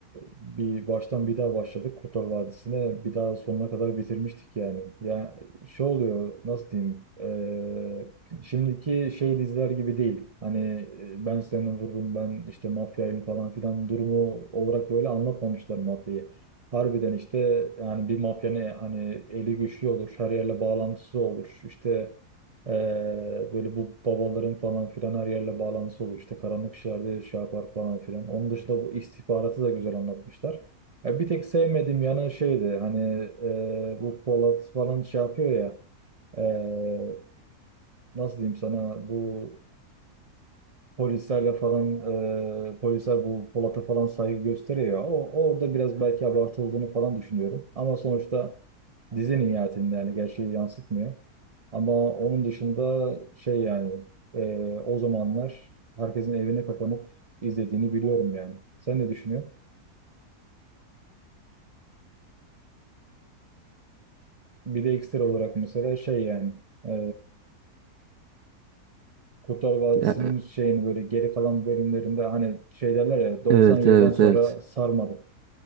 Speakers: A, on the right (about 30°); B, on the right (about 75°).
A: bir baştan bir daha başladık Kurtlar Vadisi'ne bir daha sonuna kadar bitirmiştik yani. Ya şey oluyor nasıl diyeyim ee, şimdiki şey diziler gibi değil. Hani e, ben seni vururum ben işte mafyayım falan filan durumu olarak böyle anlatmamışlar mafyayı. Harbiden işte yani bir mafyanın hani eli güçlü olur her yerle bağlantısı olur işte ee, böyle bu babaların falan filan her yerle bağlantısı olur. İşte karanlık işlerde şey yapar falan filan. Onun dışında bu istihbaratı da güzel anlatmışlar. Ya bir tek sevmediğim yanı şeydi hani e, bu Polat falan şey yapıyor ya e, nasıl diyeyim sana bu Polislerle falan e, polisler bu Polat'a falan saygı gösteriyor. O, orada biraz belki abartıldığını falan düşünüyorum. Ama sonuçta dizinin nihayetinde yani gerçeği yansıtmıyor. Ama onun dışında şey yani e, o zamanlar herkesin evine kapanıp izlediğini biliyorum yani. Sen ne düşünüyorsun? Bir de ekstra olarak mesela şey yani e, Kurtlar Vadisi'nin
B: Ya,
A: şeyini böyle geri kalan bölümlerinde hani şey derler ya 97'den
B: evet evet
A: sonra
B: evet.
A: sarmadı.